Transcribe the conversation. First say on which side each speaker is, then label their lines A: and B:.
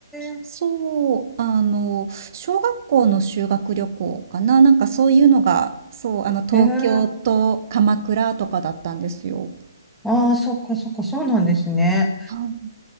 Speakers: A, in the centre; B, on the right.
A: え、
B: そう、あの、小学校の修学旅行かな、なんかそういうのが、そう、あの、東京と鎌倉とかだったんですよ。
A: ええ、ああ、そっかそっか、そうなんですね。
B: はい